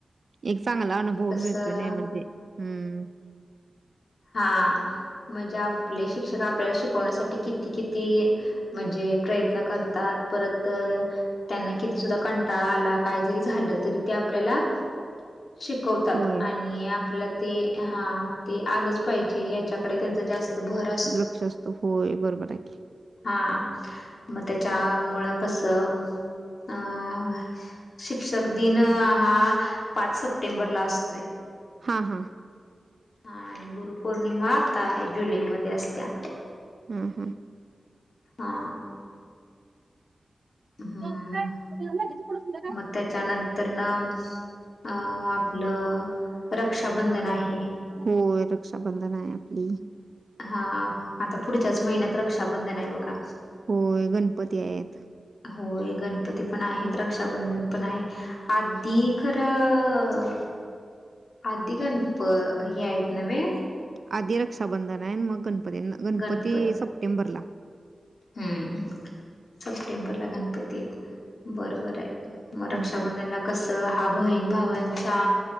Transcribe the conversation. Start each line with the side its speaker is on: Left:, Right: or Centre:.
Right: एक
Left: म्हणजे
Right: चांगला अनुभव
Left: कसं
Right: मिळतो नाही म्हणजे हम्म.
Left: हा म्हणजे आपले शिक्षक आपल्याला शिकवण्यासाठी किती किती म्हणजे प्रयत्न करतात परत त्यांना किती सुद्धा कंटाळा आला काय जरी झालं तरी ते आपल्याला शिकवतात.
Right: होय.
Left: आणि आपल्याला ते हा ते आलंच पाहिजे. याच्याकडे त्यांच जास्त भर अस
Right: लक्ष असतो होय बरोबर आहे की.
Left: हा मग त्याच्या मुळ कसं अं शिक्षक दिन हा पाच सप्टेंबरला असतोय.
Right: हा, हा.
Left: हा आणि गुरुपौर्णिमा आता आहे जुलैमध्ये असत्या.
Right: हा, हा.
Left: हा. हम्म
Right: <unintelligible>
Left: मग त्याच्यानंतर न. अ आपलं रक्षाबंधन आहे.
Right: होय रक्षाबंधन आहे आपली.
Left: हा आता पुढच्याच महिन्यात रक्षाबंधन आहे बघा.
Right: होय गणपती आहेत.
Left: होय गणपती पण आहेत, रक्षाबंधन पण आहे. आधी खरं आधी गणप हे आहेत न्हे,
Right: आधी रक्षाबंधन आहे मग गणपती गणपती
Left: गणपत
Right: सप्टेंबरला.
Left: हम्म सप्टेंबरला गणपती य बरोबर आहे. मग रक्षाबंधनला
Right: हं, हं.
Left: कसं हा बहीण भावांचा